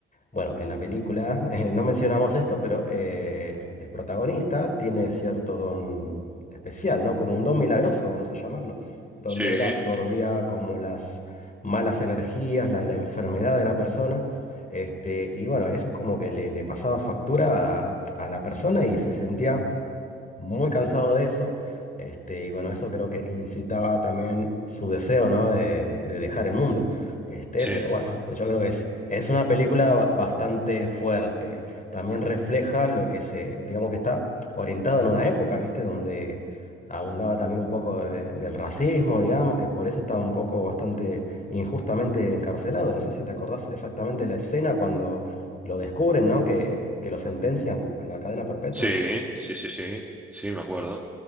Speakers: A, on the left (about 25°); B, in the centre.
A: bueno, en la película, <laughs> eh, no mencionamos esto, pero eh, el protagonista tiene cierto don especial, ¿no? Como un don milagroso, vamos a llamarlo, donde
B: sí,
A: él absorbía como las malas energías, la, la enfermedad de una persona, este, y bueno, eso es como que le, le pasaba factura a, a la persona y se sentía muy cansado de eso. Este, y bueno, eso creo que incitaba también su deseo, ¿no? De, de dejar el mundo. Este,
B: sí,
A: pero bueno, yo creo que es, es una película ba- bastante fuerte. También refleja lo que se, digamos que está orientado en una época, ¿viste? Donde abundaba también un poco de- del racismo, digamos, que por eso estaba un poco bastante injustamente encarcelado. No sé si te acordás exactamente la escena cuando lo descubren, ¿no? Que, que lo sentencian a la cadena perpetua.
B: sí, sí, sí, sí, sí, me acuerdo.